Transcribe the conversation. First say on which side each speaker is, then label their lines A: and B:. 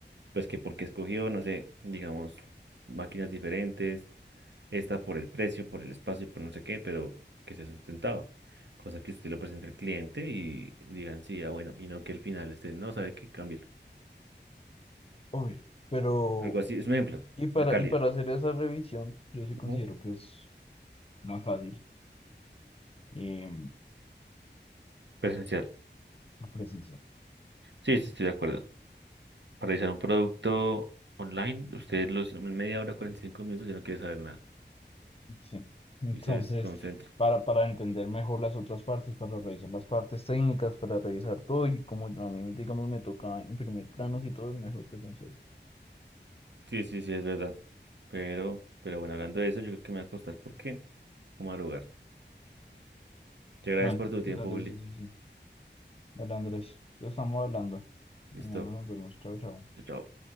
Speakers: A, on the right; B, on the left.
A: pues que porque escogió, no sé, digamos, máquinas diferentes. Esta por el precio, por el espacio y por no sé qué, pero que sea sustentado. Cosa que usted lo presente al cliente y digan, sí, ah, bueno, y no que al final usted no sabe qué, cámbialo.
B: obvio. Pero,
A: Algo así, es un ejemplo,
B: y para,
A: la calidad.
B: y para hacer esa revisión, yo sí
A: Ujú.
B: considero que es más fácil eh,
A: Presencial.
B: la presencial.
A: Sí, sí, estoy de acuerdo. Para realizar un producto online, usted los en media hora, 45 minutos, ya no quiere saber nada
B: Sí. <laughs> Entonces,
A: y se desconcentra.
B: para, para entender mejor las otras partes, para revisar las partes técnicas, para revisar todo y como yo- a mí, me- digamos, me toca imprimir planos y todo es mejor presencial.
A: Sí, sí, sí, es verdad. Pero, pero bueno, hablando de eso, yo creo que me voy a acostar porque como al lugar. Te agradezco
B: Bueno,
A: por tu tiempo,
B: dale,
A: Juli.
B: sí, sí, sí. Dale, Andrés. Ya estamos hablando.
A: Listo.
B: Mañana nos vemos. Chao, chao.
A: Chao. chao.